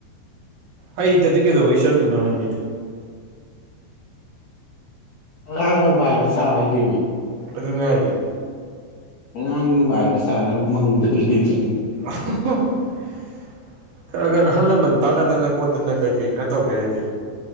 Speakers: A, on the right; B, on the left.
A: ꯍꯩꯇꯗꯤ ꯀꯩꯗꯧꯕꯩ ꯆꯠꯂꯤꯅꯣ ꯍꯥꯢꯕꯅꯤꯗ
B: ꯑꯉꯥꯡꯅ ꯃꯥꯏꯕ ꯁꯥꯥꯕꯩꯅꯦꯃꯦ
A: ꯑꯗꯨꯅꯦ ꯍꯥꯢꯖꯤ
B: ꯑꯉꯥꯡꯅ ꯃꯥꯏꯕ ꯁꯥꯔ ꯃꯪ ꯊꯜꯂꯦꯗꯣ
A: <inaudible> ꯈꯔ ꯈꯔ ꯑꯍꯜ ꯂꯃꯟ ꯇꯥꯟꯅꯗꯅ ꯈꯣꯠꯇꯅ ꯀꯩ ꯀꯩ ꯈꯔ ꯇꯧꯒꯦ ꯍꯥꯏꯗꯦ